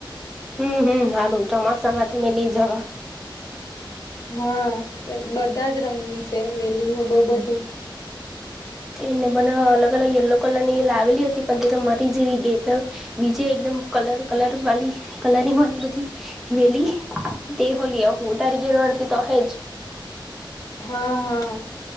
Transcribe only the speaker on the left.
હા બધા જ રંગની છે વેલી બહ બધી
હા હા